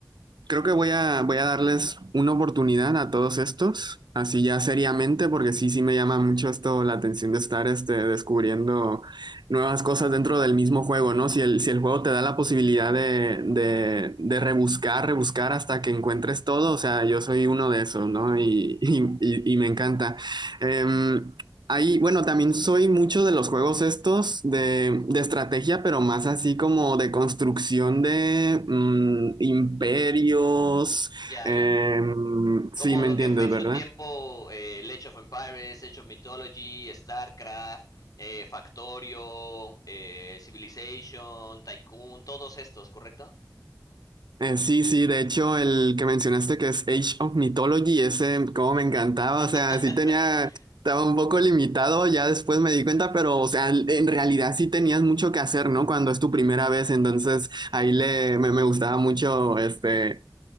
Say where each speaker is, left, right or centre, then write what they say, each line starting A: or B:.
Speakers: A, on the right; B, on the left.
A: Creo que voy a, voy a darles una oportunidad a todos estos, así ya seriamente, porque sí, sí me llama mucho esto la atención de estar este, descubriendo nuevas cosas dentro del mismo juego, ¿no? Si el, si el juego te da la posibilidad de, de, de rebuscar, rebuscar hasta que encuentres todo, o sea, yo soy uno de esos, ¿no? Y, y, y- y me encanta. Em, Ahí, bueno, también soy mucho de los juegos estos de, de estrategia, pero más así como de construcción de mm, imperios.
B: Ya,
A: em,
B: ya. Como
A: sí, me
B: lo
A: entiendes,
B: que fue en
A: ¿verdad?
B: su tiempo eh, Age of Empires, Age of Mythology, StarCraft, eh, Factorio, eh, Civilization, Tycoon, todos estos, ¿correcto?
A: Eh, sí, sí, de hecho, el que mencionaste que es Age of Mythology, ese como me encantaba,
B: <laughs>
A: o sea, sí tenía, estaba un poco limitado, ya después me di cuenta, pero, o sea, en realidad sí tenías mucho que hacer, ¿no? Cuando es tu primera vez, entonces ahí le, me, me gustaba mucho, este